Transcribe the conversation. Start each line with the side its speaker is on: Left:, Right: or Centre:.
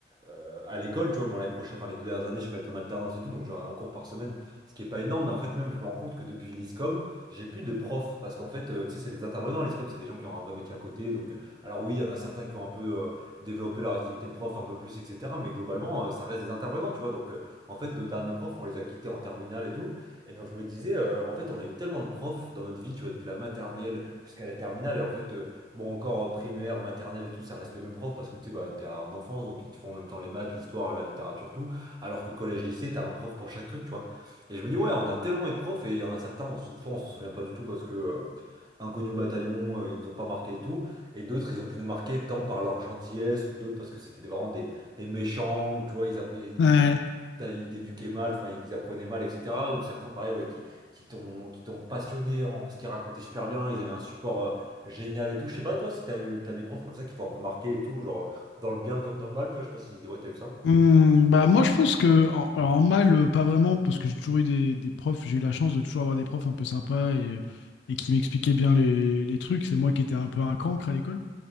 Right: euh, à l'école, tu vois. Bon, l'année prochaine, enfin, les deux dernières années, je vais être en alternance et tout, donc j'aurai un cours par semaine, ce qui est pas énorme, mais en fait, même, je me rends compte que depuis l'ISCOM, j'ai plus de profs parce qu'en fait, euh, tu sais, c'est des intervenants, l'ISCOM, c'est des gens qui ont un vrai métier à côté, donc. euh, Alors, oui, il y en a certains qui ont un peu euh, développé leur activité de prof un peu plus, etc., mais globalement, euh, ça reste des intervenants, tu vois. Donc, euh, en fait, nos derniers profs, on les a quittés en terminale et tout. Et donc je me disais, euh, en fait, on a eu tellement de profs dans notre vie, tu vois, depuis la maternelle jusqu'à la terminale. Et en fait, euh, bon, encore euh, primaire, maternelle et tout, ça reste les mêmes profs parce que tu sais, bah, t'es en enfance, donc ils te font en même temps les maths, l'histoire, la littérature, tout. Alors que collège, lycée, t'as un prof pour chaque truc, tu vois. Et je me dis, ouais, on a tellement eu de profs et il y en a certains, on s- soit on s'en souvient pas du tout parce que... euh, inconnus au bataillon, euh, ils nous ont pas marqué et tout. Et d'autres, ils ont pu nous marquer tant par leur gentillesse ou d'autres parce que c'était des- vraiment des, des méchants, ou tu vois, ils, appro- ils,
Left: Ouais.
Right: t'as- ils t'éduquaient mal, enfin ils apprenaient mal, etc. Ou certains, pareil, ouais, qui, qui t'ont qui t'ont passionné en, parce qu'ils racontaient super bien, ils avaient un support euh, génial et tout. Je sais pas, toi, si t'as eu t'as des profs comme ça qui t'ont un peu marqué et tout, genre dans le bien comme dans le mal, tu vois, je sais pas si ouais, t'as eu ça.
Left: Hmm, bah moi je pense que en, alors, en mal euh, pas vraiment parce que j'ai toujours eu des, des profs j'ai eu la chance de toujours avoir des profs un peu sympas et, et qui m'expliquaient bien les, les trucs c'est moi qui étais un peu un cancre à l'école